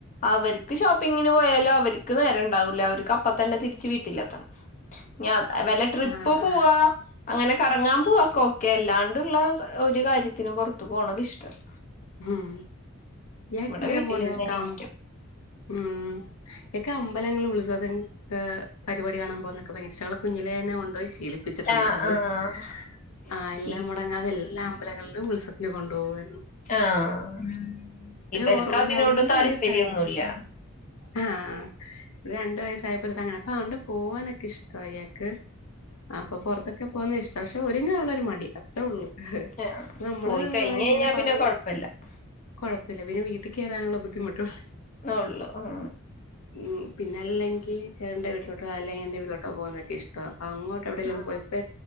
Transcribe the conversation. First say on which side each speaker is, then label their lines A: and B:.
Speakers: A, on the left; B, on the left.
A: അവർക്ക് ഷോപ്പിങ്ങിന് പോയാലും അവർക്ക് നേരം ഉണ്ടാവൂല്ല അവർക്ക് അപ്പ തന്നെ തിരിച്ച് വീട്ടിലെത്തണം ഞാ വല്ല ട്രിപ്പ്
B: ആഹ്
A: പോവാ അങ്ങനെ കറങ്ങാൻ പോവാക്ക ഓക്കെ അല്ലാണ്ടുള്ള സ ഒരു കാര്യത്തിനന് പുറത്തു പോണത് ഇഷ്ടല്ല
B: ഉം ഇയാക്ക്
A: ഇവിടെ
B: ങ്ങനെ
A: വീട്ടിലിങ്ങനെ
B: പോന്ന് ഇഷ്ടാം
A: ഇരിക്കും
B: ഉം എനിക്ക് അമ്പലങ്ങൾ ഉത്സവം പരിപാടി കാണാൻ പോകുന്നൊക്കെ ഭഭയങ്കരഇഷ്ടം കുഞ്ഞിലെ തന്നെ കൊണ്ടോയി ശീലിക് <unintelligible>
A: ആഹ് ആഹ്
B: ആഹ് എല്ലാം
A: ഈ
B: മുടങ്ങാതെ എല്ലാ അമ്പലങ്ങളുടെയും ഉത്സവത്തിന കൊണ്ടുപോകുമായിായിരുന്നു
A: ആഹ് ഇവർക്ക്
B: ഓർ ഒരു
A: അതിനോട്
B: രണ്ട്
A: താല്പര്യൊന്നുമല്ല
B: വയസ്സായപ്പോ ആഹ് രണ്ട വയസ്സായപ്പോതിട്ട അങ്ങനെ അപ്പൊ അതുകൊണ്ട് പോകാനൊക്കെ ഇഷ്ടം അയാക്ക് ആഹ് അപ്പൊ പുറത്തൊക്കെ പോകുന്നത് ഇഷ്ടം പക്ഷെ ഒരുങ്ങാൻ ഉള്ളരു മടി അത്രേ ഉള്ളൂ
A: ആഹ്
B: നമ്മള്
A: പോയി കഴിഞ്ഞ് കഴിഞ്ഞാ
B: ഇങ്ങനെ
A: പിന്നെ
B: പറഞ്ഞു
A: കൊഴപ്പല്ലന്നൊള്ളു
B: കുഴപ്പമില്ല പിന്നെ വീട്ടിൽ കയറാനുള്ള ബുദ്ധിമുട്ടുള്ളൂ
A: ഉള്ളൂ ഉം
B: ഉം പിന്ന അല്ലെങ്കിൽ ചേട്ടാന്റെ വീട്ടിലോട്ടോ അല്ലങ്ക എന്റെ വീട്ടിലോട്ടോ പോകുന്നൊക്കെ ഇഷ്ട അപ്പൊ അങ്ങോട്ട് എവിടെും
A: ആഹ്
B: ഇപ്പ